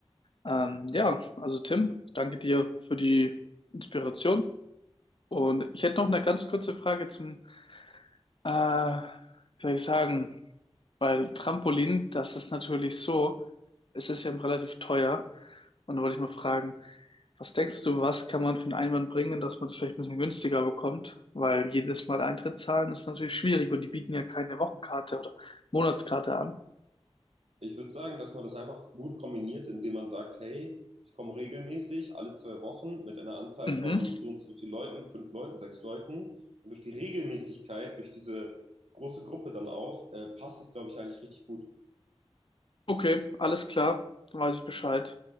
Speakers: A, on the left; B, on the right.
A: Ähm, ja, also Tim, danke dir für die Inspiration. Und ich hätte noch eine ganz kurze Frage zum, äh, wie soll ich sagen, weil Trampolin, das ist natürlich so, es ist ja relativ teuer. Und da wollte ich mal fragen, was denkst du, was kann man für einen Einwand bringen, dass man das vielleicht ein bisschen günstiger bekommt? Weil jedes Mal Eintritt zahlen ist natürlich schwierig und die bieten ja keine Wochenkarte oder Monatskarte an.
B: Ich würde sagen, dass man das einfach gut kombiniert, indem man sagt, hey, ich komme regelmäßig alle zwei Wochen mit einer Anzahl
A: Mhm.
B: von so und so viel Leuten, fünf Leuten, sechs Leuten. Und durch die Regelmäßigkeit, durch diese große Gruppe dann auch, äh, passt es, glaube ich, eigentlich richtig gut.
A: Okay, alles klar, dann weiß ich Bescheid.